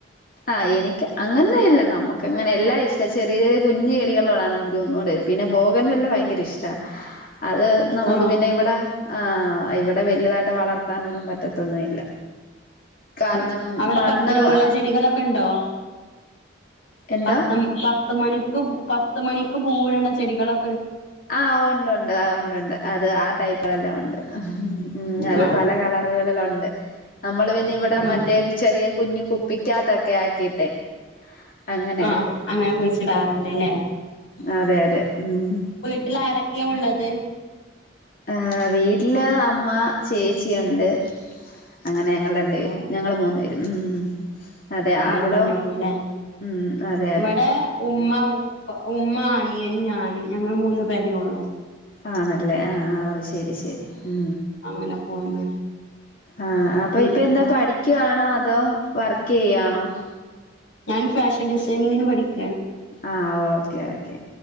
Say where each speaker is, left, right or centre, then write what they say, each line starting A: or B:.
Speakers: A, on the left; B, on the left.
A: ആ എനിക്ക് അങ്ങെന്നില്ല നമ്മുക്ക് അങ്ങനെ എല്ലാം ഇഷ്ടം ചെറിയ ചെറിയ കുഞ്ഞ് ചെടികളോടാണെനി ക്കൊന്നൂടെത് പിന്നെ ബോഗൻ വില്ല ഭയങ്കര ഇഷ്ടാ. അത് നമുക്ക്
B: ഓ
A: പിന്നെ ഇവിടെ ആഹ് ഇവിടെ വലുതായിട്ട് വളർത്താനൊന്നും പറ്റത്തൊന്നുമില്ല. കാരണം
B: ഉം അവിടെ
A: മണ്ണ്
B: പത്തന് മുല്ല ചെടികളൊക്കെ ഉണ്ടോ?
A: എന്താ
B: പത്ത പത്ത് മണി ക്ക് പത്ത് മണിക്ക് പൂവിടണ ചെടികളൊ
A: ആഹ് ഉണ്ട് ഉണ്ട് ആ ഉണ്ട്ണ്ട് അത് ആ ടൈപ്പ് ക്കളെല്ല ഉണ്ട് ഉം അത്
B: ആ
A: പല കളറുകളിലുണ്ട് നമ്മൾ പിന്നെ ഇവിടെ
B: ആ
A: മറ്റേ ചെറിയ കുഞ്ഞു കുപ്പി ക്കാത്തക്കെ ആക്കിട്ടെ അങ്ങനെ
B: ആ
A: എടുക്കും
B: അങ്ങനെ കുഴിച്ചിടാറുണ്ട്
A: ഉം
B: അല്ലേ
A: അതെ അത ഉം
B: ട്ടിലാരൊക്കെയാ ഉള്ളത്?
A: ആ വീട്ടില് അമ്മ, ചേച്ചിയുണ്ട് അങ്ങനെ ഞങ്ങൾ രണ്ട് പേര്
B: ആ
A: ഞങ്ങള് മൂന്ന്പേര്. ഉം അതെ
B: നിങ്ങൾ
A: അവിടോ
B: തന്നെണല്ലേ
A: ഉം അതെ
B: ഇവിടെ
A: അതെ
B: ഉമ്മ ഉമ്മ അനിയൻ ഞാന് ഞങ്ങൾ മൂന്നു പേരേ ഉള്ളു
A: ആണൽ ല്ലെ ആ ഓ ശരി ശരി ഉ
B: അങ്ങനെ പോന്ന്
A: ആ അപ്പൊ
B: പിന്നെ
A: ഇപ്പ എന്താ പഠിക്കവാണോ അതോ വർക്ക് ചെയ്യാണോ
B: ഞാൻ ഫാഷൻ ഡിസൈനിങ്ങിന് പഠിക്
A: ആ ഓക്കേ ഓക്കേ